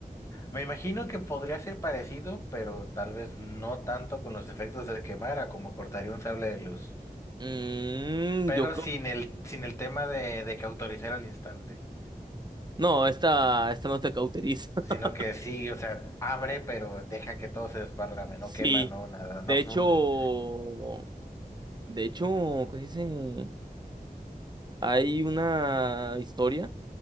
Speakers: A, on the left (about 20°); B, on the right (about 30°).
A: Me imagino que podría ser parecido, pero tal vez no tanto con los efectos de quemar, a como cortaría un sable de luz.
B: Mm,
A: Pero
B: yo creo.
A: sin el, sin el tema de, de cauterizar al instante,
B: No, esta, esta no te cauteriza. <laughs>
A: sino que sí, o sea, abre, pero deja que todo se desparrame,
B: Sí.
A: no quema, no nada,
B: De
A: no funde.
B: hecho. De hecho, ¿cómo se dice? Hay una historia.